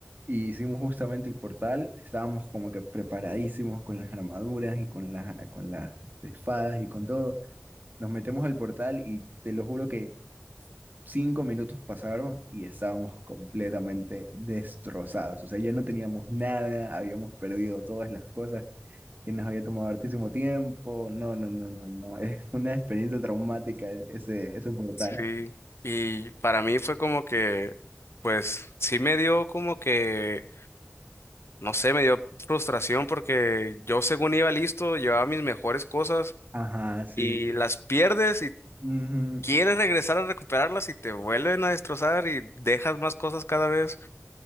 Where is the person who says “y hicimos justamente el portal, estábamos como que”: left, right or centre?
Right